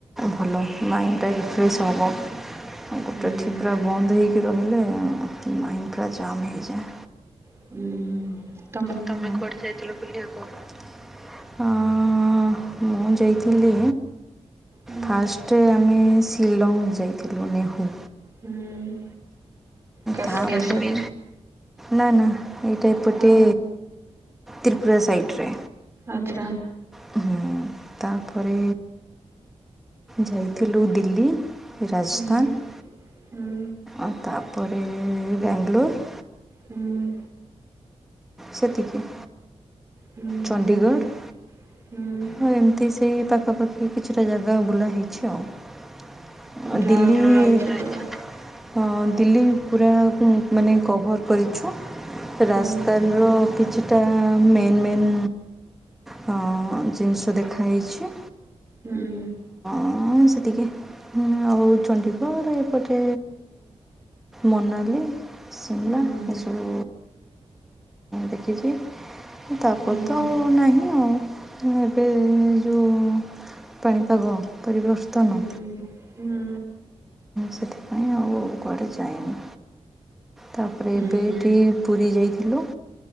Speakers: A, in the centre; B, on the right (about 20°).
A: ଭଲ ମାଇଣ୍ଡଟା ରିଫ୍ରେଶ ହେବ ଆଉ ଗୋଟାଠି
B: ହୁଁ
A: ପୁରା ବନ୍ଦ ହେଇକି ରହିଲେ ମାଇଣ୍ଡ ପୁରା ଯାମ୍ ହେଇଯାଏ
B: ହୁଁ ହଁ <inaudible>
A: ତମେ କୁଆଡ଼େ ଯାଇଥିଲ ବୁଲିବା କୁ ଅଁ ମୁଁ ଯାଇଥିଲି
B: ହୁଁ
A: ଫାଷ୍ଟ ଆମେ ଶିଲଙ୍ଗ ଯାଇଥିଲୁ ନେହୁ
B: ହୁଁ କାଶ୍ମୀର
A: ତାପରେ ନା ନା ଏଇଟା ଏପଟେ
B: ଆଉ
A: ତ୍ରିପୁରା ସାଇଟ୍ ରେ
B: ଆଚ୍ଛା
A: ହୁଁ ତାପରେ ଯାଇଥିଲୁ ଦିଲ୍ଲୀ ରାଜସ୍ଥାନ
B: ହୁଁ ହୁଁ
A: ଆଉ ତାପରେ ବାଙ୍ଗଲୋର
B: ହୁଁ
A: ସେତିକି।
B: ହୁଁ
A: ଚଣ୍ଡିଗଡ଼଼।
B: ହୁଁ ହୁଁ
A: ହଁ ଏମିତି ସେଇ ପାଖାପାଖି କିଛିଟା ଜାଗା ବୁଲା ହେଇଛି ଆଉ।
B: ଯା
A: ଦିଲ୍ଲୀ।
B: ହଉ ଯାଇଛ ତ
A: ହଁ ଦିଲ୍ଲୀ ପୁରା ମାନେ କଭର୍ କରିଛୁ।
B: ହୁଁ
A: ରାସ୍ତାନ ର କିଛିଟା ମେନ୍ ମେନ୍ ହଁ ଜିନିଷ ଦେଖାହେଇଛି।
B: ହୁଁ
A: ହଁ ସେତିକି ଆଉ ଚଣ୍ଡିଗଡ଼ ଏପଟେ। ମନାଲି ଶିମଲା
B: ହୁଁ ହୁଁ
A: ଏସବୁ ଦେଖିଛି ତାପ
B: ହୁଁ
A: କ ତ ଆଉ ନାହିଁ ଆଉ ଏବେ ଯୋଉ ପାଣିପାଗ ପରିବର୍ତ୍ତନ
B: ହୁଁ ହୁଁ
A: ସେଥିପାଇଁ ଆଉ କୁଆଡ଼େ ଯାଏନି। ତାପରେ
B: ହୁଁ
A: ଏବେ ଏଇଠି ପୁରୀ ଯାଇଥିଲୁ।